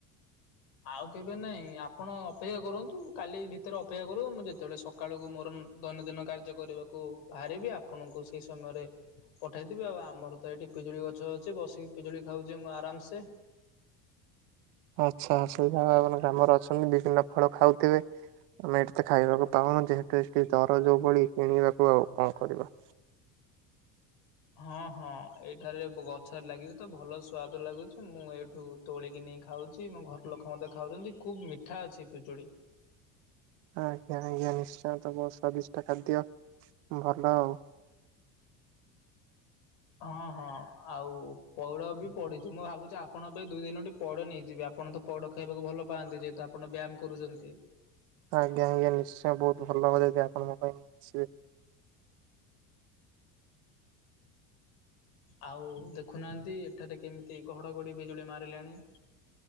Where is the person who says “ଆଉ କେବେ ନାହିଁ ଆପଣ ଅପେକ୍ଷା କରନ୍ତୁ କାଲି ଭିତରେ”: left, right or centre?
Left